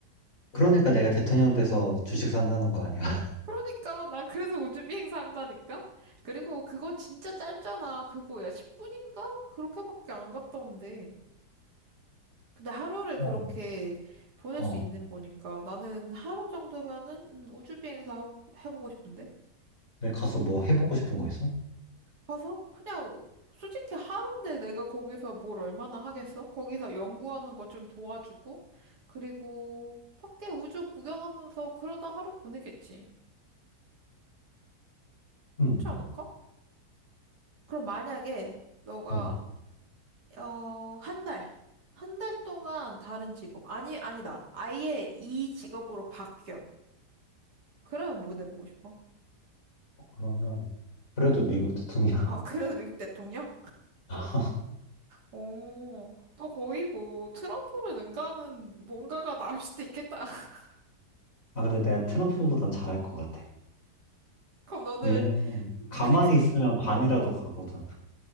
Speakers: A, on the left (about 50°); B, on the right (about 70°).
A: 그러니까 내가 대통령 돼서 주식 산다는 거 아니야? <laughs>
B: 그러니까 난 그래서 우주 비행사 한다니까. 그리고 그거 진짜 짧잖아. 그거 야 10분인가? 그렇게밖에 안 갔다 온대. 근데 하루를
A: 어.
B: 그렇게 보낼
A: 어.
B: 수 있는 거니까 나는 하루 정도면은 음, 우주 비행사 해보고 싶은데.
A: 내가 가서 뭐 해보고 싶은 거 있어?
B: 가서 그냥 솔직히 하루인데 내가 거기서 뭘 얼마나 하겠어? 거기서 연구하는 거 좀 도와주고 그리고 밖에 우주 구경하면서 그러다 하루 보내겠지.
A: 응.
B: 그렇지 않을까? 그럼 만약에 너가
A: 어.
B: 어, 한 달, 한 달 동안 다른 직업 아니 아니다. 아예 이 직업으로 바뀌어. 그러면 뭐 내보고 싶어?
A: 그러면, 그래도 미국 대통령.
B: 아, <laughs> 그래서 미국 대통령?
A: <laughs>
B: 오, 너 거의 뭐 트럼프를 능가하는 뭔가가 나올 수도 있겠다. <laughs>
A: 아, 근데 내가 트럼프보단 잘할 것 같아.
B: 그럼 너는
A: 왜냐면, 가만히
B: 아니 그
A: 있으면 반이라도 가거든.